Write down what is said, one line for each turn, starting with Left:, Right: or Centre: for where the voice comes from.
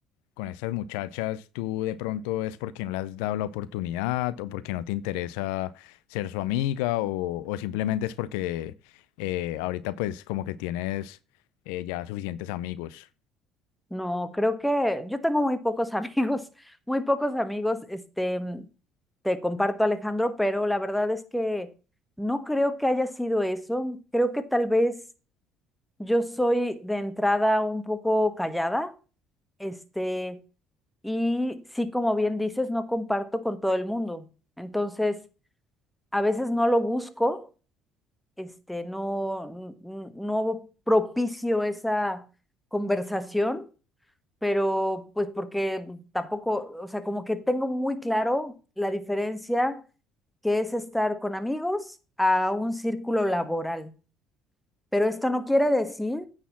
Left: con estas muchachas, ¿tú de pronto es porque no le has dado la oportunidad o porque no te interesa ser su amiga o, o simplemente es porque eh, ahorita pues como que tienes eh, ya suficientes amigos?
Centre: No, creo que yo tengo muy pocos <laughs> amigos, muy pocos amigos, este, mm, te comparto Alejandro, pero la verdad es que no creo que haya sido eso. Creo que tal vez Yo soy de entrada un poco callada, este, y sí, como bien dices, no comparto con todo el mundo. Entonces, a veces no lo busco, este, no, n- no propicio esa conversación, pero pues porque tampoco, o sea, como que tengo muy claro la diferencia que es estar con amigos a un círculo laboral. Pero esto no quiere decir